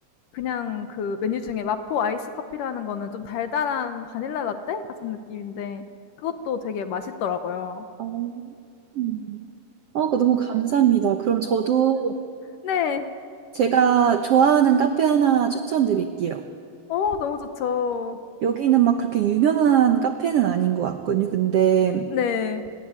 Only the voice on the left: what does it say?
그냥 그 메뉴 중에 마포 아이스 커피라는 거는 좀 달달한 바닐라 라떼 같은 느낌인데 그것도 되게 맛있더라고요.
네.
어 너무 좋죠.
네.